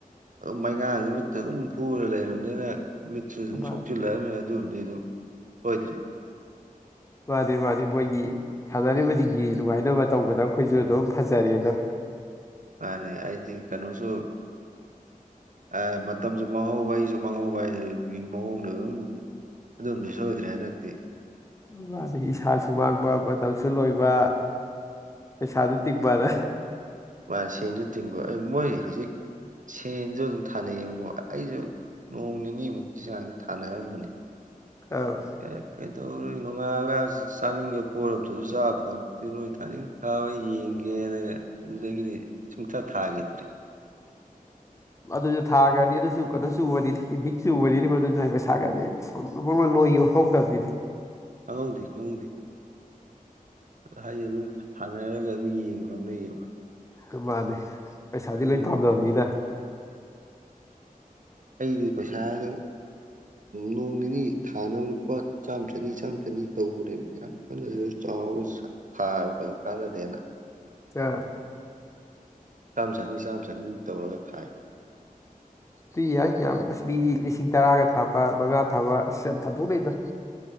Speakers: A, on the right; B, on the left.
A: ꯑꯗꯨꯝ ꯃꯩꯉꯥ ꯅꯨꯃꯤꯠꯇ ꯑꯗꯨꯝ ꯐꯨꯔ ꯂꯩꯔꯕꯅꯤꯅ ꯃꯤꯠꯁꯨ ꯑꯗꯨꯝ
B: ꯃꯥꯅꯤ
A: ꯁꯣꯛꯆꯤꯜꯂꯛꯑꯕꯅꯤꯅ ꯑꯗꯨꯕꯗꯤ ꯑꯗꯨꯝ ꯑꯣꯏꯗ꯭ꯔꯦ
B: ꯋꯥꯗꯤꯦ ꯋꯥꯗꯤꯦ ꯄꯣꯏꯒꯤ ꯁꯥꯟꯅꯔꯤꯕꯁꯤꯡꯒꯤ ꯅꯨꯡꯉꯥꯏꯅꯕ ꯇꯧꯕꯗ ꯑꯩꯈꯣꯏꯁꯨ ꯑꯗꯨꯝ ꯐꯖꯔꯦ ꯑꯗꯣ
A: ꯃꯥꯅꯦ ꯑꯩꯗꯤ ꯀꯩꯅꯣꯁꯨ ꯑꯦ ꯃꯇꯝꯁꯨ ꯃꯥꯡꯍꯧꯕ ꯑꯩꯁꯨ ꯃꯥꯡꯍꯧꯕ ꯍꯥꯏ ꯃꯑꯣꯡꯗꯣ ꯑꯗꯨꯝ ꯑꯗꯨꯣꯝꯗꯤ ꯁꯣꯏꯗ꯭ꯔꯦ ꯍꯟꯗꯛꯇꯤ
B: ꯃꯥ ꯏꯁꯥꯁꯨ ꯃꯥꯡꯕ ꯃꯇꯝꯁꯨ ꯂꯣꯏꯕ ꯑꯗꯨ ꯁꯥꯗ ꯇꯤꯛꯕꯔ
A: ꯃꯥꯅ ꯁꯦꯟꯁꯨ ꯇꯤꯡꯕ ꯃꯣꯏ ꯍꯧꯖꯤꯛ ꯁꯦꯟꯁꯨ ꯑꯗꯨꯝ ꯊꯥꯅꯩꯌꯦꯕꯛ ꯑꯩꯁꯨ ꯅꯣꯡ ꯅꯤꯅꯤꯃꯨꯛꯀꯤ ꯆꯥꯡꯗꯤ ꯊꯥꯅꯔꯝꯕꯅꯤ
B: ꯑꯧ
A: ꯀ ꯀꯩꯗꯧ ꯅ ꯅꯣꯏ ꯅꯣꯡꯉꯥꯜꯂꯒ ꯆꯥꯅꯤꯡꯒꯦꯕ ꯄꯣꯠꯝꯇꯁꯨ ꯆꯥꯕ ꯐꯛꯇꯦ ꯅꯣꯏ ꯊꯥꯅꯤꯡ ꯊꯥꯕ ꯌꯦꯡꯒꯦ ꯑꯗꯨꯗꯒꯤꯗꯤ ꯁꯨꯡꯊꯥ ꯊꯥꯒꯦꯗ꯭ꯔꯤ
B: ꯑꯗꯨꯁꯨ ꯊꯥꯈ꯭ꯔꯅꯤ ꯑꯗꯨꯁꯨ ꯀꯩꯅꯣꯁꯨ ꯎꯕꯗꯤ ꯤꯛꯁꯨ ꯎꯕꯅꯤꯅꯦ ꯃ ꯑꯗꯨꯁꯨ ꯄꯩꯁꯥꯒꯠꯗꯤ ꯂꯣꯏ ꯍꯧꯗꯕꯗꯤꯗꯤ
A: ꯈꯥꯎꯗꯤ ꯈꯎꯗꯤ ꯍꯥꯏꯗꯤ ꯑꯗꯨꯝ ꯊꯥꯅꯔꯒ ꯑꯗꯨꯝ ꯌꯦꯡꯕ ꯌꯥꯎꯅꯩꯌꯦꯕ
B: ꯑꯗꯨ ꯃꯥꯅꯤ ꯄꯩꯁꯥꯗꯤ
A: ꯑꯗꯨꯗꯩ
B: ꯂꯣꯏ ꯄꯥꯝꯗꯅꯕꯅꯤꯅ
A: ꯑꯩꯗꯤ ꯄꯩꯁꯥꯗ ꯅꯣꯡ ꯅꯤꯅꯤ ꯊꯥꯅꯕ ꯂꯨꯄꯥ ꯆꯥꯝꯃ ꯆꯅꯤ ꯆꯥꯝꯃ ꯆꯅꯤ ꯇꯧꯕꯅꯦꯕ ꯌꯥꯝ ꯀꯟꯅꯁꯨ ꯆꯥꯎ ꯊꯥꯔ ꯀꯩꯁꯨ ꯀꯥꯟꯅꯗꯦꯅ
B: ꯑꯥ
A: ꯆꯥꯝꯃ ꯆꯅꯤ ꯆꯥꯝꯃ ꯆꯅꯤꯃꯨꯛ ꯇꯧꯔꯒ ꯊꯥꯏ
B: ꯇꯨꯏ ꯌꯥꯏ ꯌꯥꯝ ꯂꯁꯃꯤ ꯂꯤꯁꯤꯡ ꯇꯔꯥꯒ ꯊꯥꯕ ꯃꯉꯥ ꯊꯥꯕ ꯑꯁ ꯌꯥꯝ ꯊꯟꯗꯣꯛꯅꯩꯅ